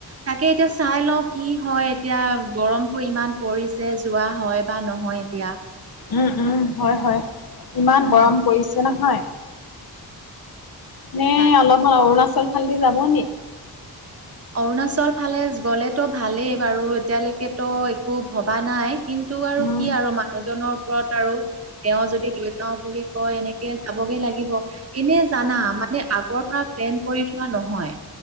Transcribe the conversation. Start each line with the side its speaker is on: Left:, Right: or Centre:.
Right: তাকে এতিয়া চাই লওঁ কি হয় এতিয়া গৰমটো ইমান পৰিছে যোৱা হয় বা নহয় এতিয়া।
Left: উম উম, হয় হয়। ইমান
Right: উম
Left: গৰম পৰিছে নহয়। নে
Right: তাক
Left: অলপমান অৰুণাচল ফালেদি যাব নি?
Right: অৰুণাচল ফালে গ'লেতো ভালেই বাৰু এতিয়ালৈকেতো একো ভবা নাই। কিন্তু আৰু
Left: উম
Right: কি আৰু মানুহজনৰ ওপৰত আৰু। তেওঁ যদি লৈ যাওঁ বুলি কয় এনেকে যাবগে লাগিব। এনে জানা মানে আগৰ পৰা প্লেন কৰি থোৱা নহয়।